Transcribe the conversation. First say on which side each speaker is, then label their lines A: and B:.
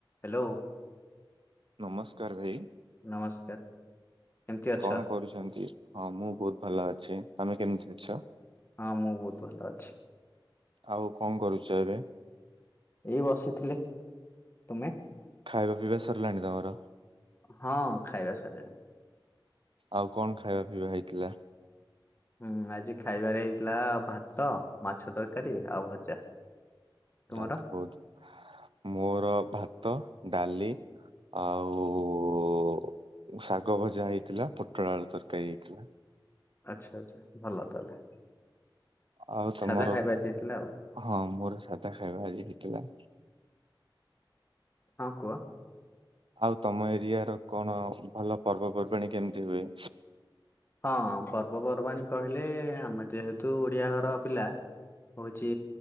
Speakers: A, on the left (about 25°); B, on the right (about 80°).
A: Hello.
B: ନମସ୍କାର ଭାଇ।
A: ନମସ୍କାର। କେମିତି ଅଛ?
B: କଣ କରୁଛନ୍ତି ହଁ ମୁଁ ବହୁତ ଭଲ ଅଛି ତମେ କେମିତି ଅଛ।
A: ହଁ ମୁଁ ବହୁତ ଭଲ ଅଛି।
B: ଆଉ କଣ କରୁଛ ଏବେ?
A: ଏଇ ବସିଥିଲି ତୁମେ?
B: ଖାଇବା ପିଇବା ସରିଲାଣି ତମର?
A: ହଁ ଖାଇବା ସଇଲାଣି।
B: ଆଉ କଣ ଖାଇବା ପିଇବା ହେଇଥିଲା।
A: ହୁଁ ଆଜି ଖାଇବାରେ ହେଇଥିଲା ଭାତ ମାଛ ତରକାରୀ ଆଉ ଭଜା। ତୁମର?
B: ତାଏଲ୍ ତ ବହୁତ ମୋର ଭାତ ଡାଲି। ଆଉ। ଶାଗ ଭଜା ହେଇଥିଲା ପୋଟଳ ଆଳୁ ତରକାରୀ ହେଇଥିଲା।
A: ଆଚ୍ଛା ଆଚ୍ଛା ଭଲ ତାହେଲେ।
B: ଆଉ ତମର
A: ସାଧା ଖାଇବା ଆଜି ହେଇଥିଲା ଆଉ
B: ହଁ ମୋର ସାଧା ଖାଇବା ଆଜି ହେଇଥିଲା।
A: ହଁ କୁଅ?
B: ଆଉ ତମ ଏରିଆ ର କଣ ଭଲ ପର୍ବପର୍ବାଣୀ କେମିତି ହୁଏ?
A: ହଁ ପର୍ବପର୍ବାଣୀ କହିଲେ ଆମେ ଯେହେତୁ ଓଡିଆ ଘର ପିଲା। ହଉଚି